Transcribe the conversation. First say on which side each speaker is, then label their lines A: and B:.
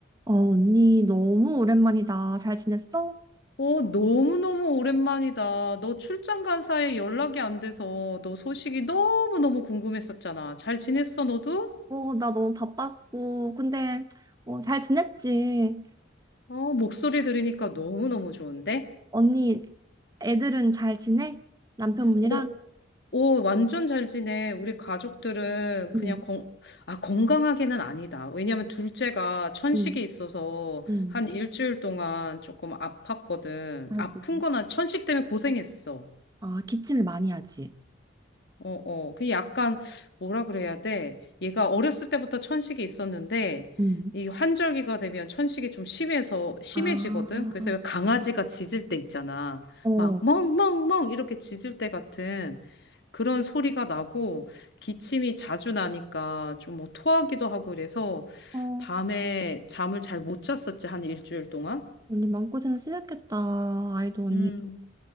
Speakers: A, on the right; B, on the left.
A: 어, 언니, 너무 오랜만이다. 잘 지냈어?
B: 오, 너무너무 오랜만이다. 너 출장 간 사이에 연락이 안 돼서 너 소식이 너무너무 궁금했었잖아. 잘 지냈어, 너도?
A: 어, 나 너무 바빴고. 근데, 어, 잘 지냈지?
B: 어, 목소리 들으니까 너무너무 좋은데?
A: 언니, 애들은 잘 지내? 남편분이랑?
B: 어, 오, 완전 잘 지내. 우리 가족들은 그냥
A: 응,
B: 건, 아, 건강하게는 아니다. 왜냐면 둘째가 천식이
A: 응,
B: 있어서
A: 응.
B: 한 일주일 동안 조금 아팠거든.
A: 아이고.
B: 아픈 거나 천식 때문에 고생했어.
A: 아, 기침을 많이 하지?
B: 어, 어. 그 약간, 뭐라 그래야 돼? 얘가 어렸을 때부터 천식이 있었는데,
A: 응.
B: 이 환절기가 되면 천식이 좀 심해서, 심해지거든?
A: 아,
B: 그래서 왜 강아지가 짖을 때 있잖아.
A: 어.
B: 막, 멍멍멍! 이렇게 짖을 때 같은 그런 소리가 나고, 기침이 자주 나니까 좀 뭐 토하기도 하고 그래서,
A: 어,
B: 밤에 잠을 잘 못 잤었지, 한 일주일 동안.
A: 언니 마음고생 심했겠다. 아이도 언니도.
B: 음,